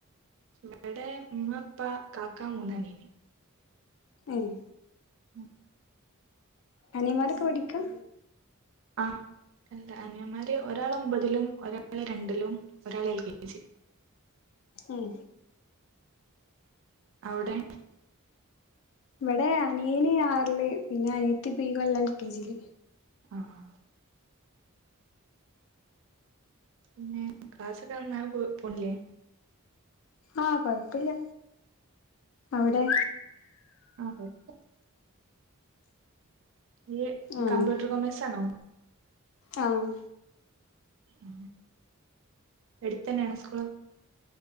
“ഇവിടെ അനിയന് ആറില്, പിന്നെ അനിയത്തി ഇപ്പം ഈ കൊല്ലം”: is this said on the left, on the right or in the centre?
Left